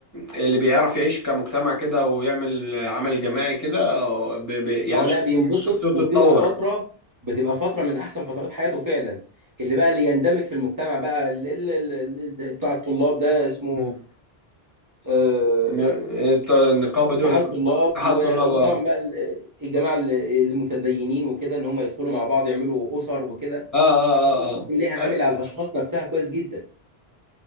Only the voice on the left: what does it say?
اللي بيعرف يعيش كمجتمع كده ويعمل عمل جماعي كده ب... ب... يعني
شخص-
شخصيته بتتطور
مم.
ن... بتاع النقابة دي
ولا كان
اسمها اتحاد
طلاب
اه
اه اه,
آه.